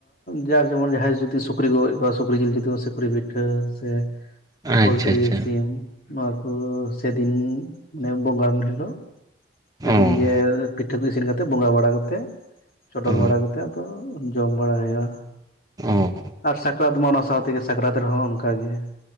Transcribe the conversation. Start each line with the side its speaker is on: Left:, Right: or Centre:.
Left: ᱡᱟᱨ ᱡᱮᱢᱚᱱ ᱡᱟᱦᱟᱸᱭ ᱡᱩᱫᱤ ᱥᱩᱠᱨᱤ ᱜᱚᱡᱽ ᱠᱚᱣᱟ ᱥᱩᱠᱨᱤ ᱡᱤᱞ ᱡᱩᱫᱤ ᱥᱩᱠᱨᱤ ᱯᱤᱴᱷᱟᱹ ᱥᱮ
Right: <inaudible>
Left: ᱯᱳᱚᱞᱴᱨᱤ
Right: ᱟᱪᱪᱷᱟ
Left: ᱥᱤᱢ ᱱᱚᱣᱟ ᱠᱩ ᱥᱮᱫᱤᱱ ᱵᱚᱸᱜᱟᱱ ᱦᱤᱞᱳᱜ ᱥᱮᱫᱤᱱ
Right: ᱚ
Left: ᱜᱮ ᱯᱤᱴᱷᱟᱹ ᱠᱚ ᱤᱥᱤᱱ ᱠᱟᱛᱮᱫ ᱵᱚᱸᱜᱟ ᱵᱟᱲᱟ ᱠᱟᱛᱮᱫ ᱪᱚᱰᱚᱨ
Right: ᱚ
Left: ᱵᱟᱲᱟ ᱠᱟᱛᱮᱫ ᱟᱫᱚ ᱡᱚᱢ ᱵᱟᱲᱟᱭᱼᱟ
Right: ᱚ
Left: ᱟᱨ ᱥᱟᱠᱨᱟᱛ ᱢᱟ ᱚᱱᱟ ᱥᱟᱶ ᱛᱮᱜᱮ ᱥᱟᱠᱨᱟᱛ ᱨᱮᱦᱚᱸ ᱚᱱᱠᱟ ᱜᱮ ᱾